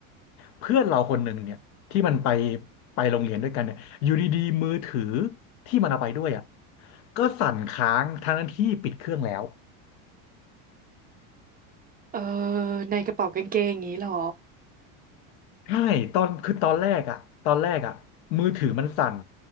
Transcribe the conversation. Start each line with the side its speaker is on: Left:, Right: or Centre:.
Left: เพื่อนเราคนหนึ่งเนี่ยที่มันไปไปโรงเรียนด้วยกันเนี่ยอยู่ดีๆมือถือที่มันเอาไปด้วยอ่ะก็สั่นค้างทั้งที่ปิดเครื่องแล้ว
Right: เออในกระเป๋ากางเกงอย่างนี้เหรอ
Left: ใช่ตอนคือตอนแรกอะตอนแรกอะมือถือมันสั่น